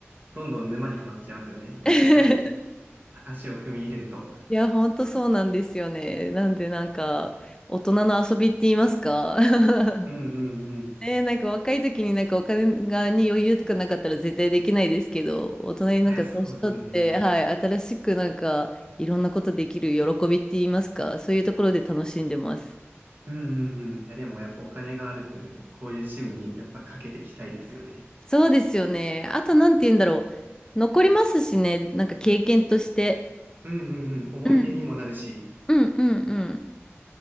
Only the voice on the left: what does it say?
<laughs>
いや、本当そうなんですよね。なんでなんか大人の遊びって言いますか。<laughs>
ねえ、なんか若い時になんかお金がに余裕とかなかったら絶対できないですけど、大人になんか年取って、
はい、新しくなんかいろんなことできる喜びって言いますか、そういうところで楽しんでます。
そうですよね。あとなんて言うんだろう。残りますしね、なんか経験として。
うん、うん、うん、うん。